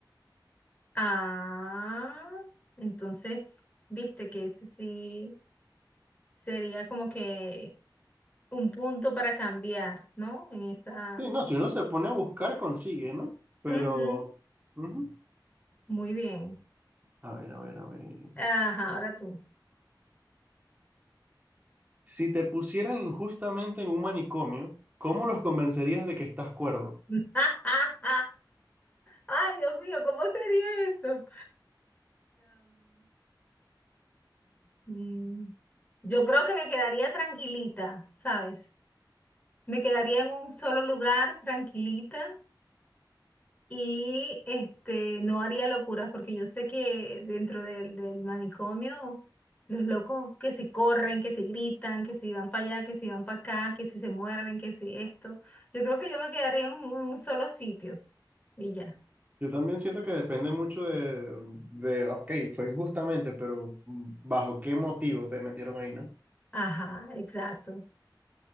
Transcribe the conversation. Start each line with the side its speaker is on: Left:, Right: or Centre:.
Left: Ah, entonces, ¿viste que ese sí sería como que un punto para cambiar, ¿no? En esa...
Right: Sí, no, si uno se pone a buscar consigue, ¿no? Pero...
Left: Ujú,
Right: ujú.
Left: Muy bien.
Right: A ver, a ver, a ver.
Left: Ajá, ahora tú.
Right: Si te pusieran injustamente en un manicomio, ¿cómo los convencerías de que estás cuerdo?
Left: <laughs> Ay, Dios mío, ¿cómo sería eso? Mm, Yo creo que me quedaría tranquilita, ¿sabes? Me quedaría en un solo lugar tranquilita y este, no haría locuras porque yo sé que dentro del, del manicomio los locos que si corren, que si gritan, que si van para allá, que si van para acá, que si se muerden, que si esto. Yo creo que yo me quedaría en un un solo sitio y ya.
Right: Yo también siento que depende mucho de, de, ok, fue injustamente, pero mm, ¿bajo qué motivo te metieron ahí, no?
Left: Ajá, exacto.